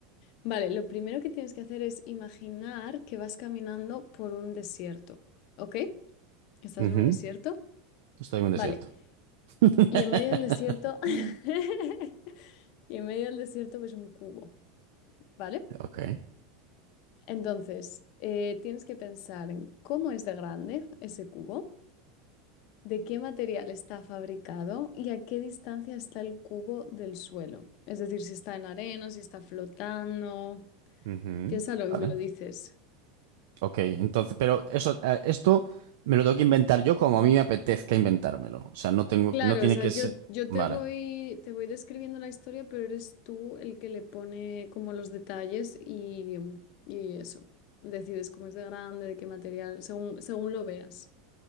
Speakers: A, on the left (about 45°); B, on the right (about 70°).
A: vale, lo primero que tienes que hacer es imaginar que vas caminando por un desierto, ¿ok? Estás
B: Ujú,
A: en un desierto,
B: estoy en un desierto.
A: vale,
B: <laughs>
A: y en medio del desierto, <laughs> y en medio del desierto ves un cubo, ¿vale?
B: Ok,
A: Entonces, eh, tienes que pensar en cómo es de grande ese cubo. ¿De qué material está fabricado y a qué distancia está el cubo del suelo? Es decir, si está en arena, si está flotando.
B: ujú,
A: Piénsalo
B: vale,
A: y me lo dices.
B: ok. Entonces, pero eso, eh, esto me lo tengo que inventar yo como a mí me apetezca inventármelo. O sea, no tengo,
A: Claro,
B: no tiene
A: o sea,
B: que
A: yo,
B: ser.
A: yo
B: Vale.
A: te voy, te voy describiendo la historia, pero eres tú el que le pone como los detalles y, y eso. Decides cómo es de grande, de qué material, según, según lo veas.